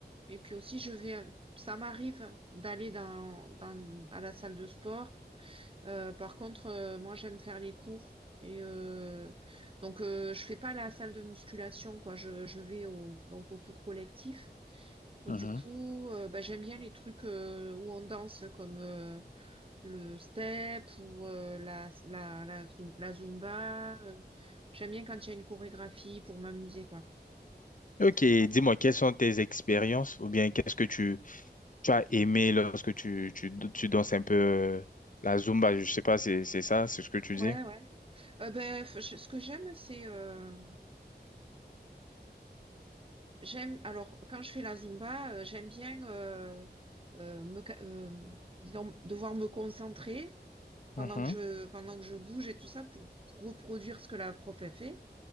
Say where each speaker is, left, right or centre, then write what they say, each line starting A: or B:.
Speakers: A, on the right (about 30°); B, on the left (about 50°).
A: et puis aussi, je vais, ça m'arrive d'aller dans, dans, à la salle de sport Euh, par contre, euh, moi, j'aime faire les cours. Et euh, donc, euh, je fais pas la salle de musculation, quoi. Je, je vais au, donc au cours collectif. Et
B: mhm.
A: du coup, euh, bah, j'aime bien les trucs euh, où on danse, comme euh, le step ou euh, la, la, la, zu- la zumba. Euh, J'aime bien quand il y a une chorégraphie pour m'amuser, quoi.
B: Ok,
A: Voilà.
B: dis-moi, quelles sont tes expériences ou bien qu'est-ce que tu, tu as aimé lorsque tu, tu, tu danses un peu euh, la Zumba, je sais pas, c'est, c'est ça, c'est ce que tu
A: Ouais,
B: dis?
A: ouais. Euh, ben, f- je- ce que j'aime, c'est euh, J'aime, alors, quand je fais la Zumba, euh, j'aime bien euh, euh, me, ca- euh, disons, devoir me concentrer pendant
B: Mhm.
A: que je, pendant que je bouge et tout ça pour, pour reproduire ce que la prof a fait.